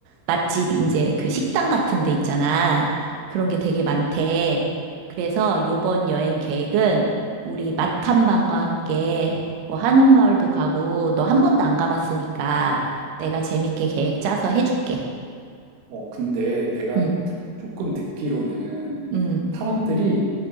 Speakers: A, on the right (about 70°); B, on the right (about 85°).
A: 맛집, 이제 그 식당 같은 데 있잖아. 그런 게 되게 많대. 그래서 요번 여행 계획은 우리 맛탐방과 함께 뭐 한옥마을도 가고, 너 한 번도 안 가봤으니까 내가 재밌게 계획 짜서 해줄게.
B: 어, 근데 내가
A: 응,
B: 조금 듣기로는
A: 응.
B: 사람들이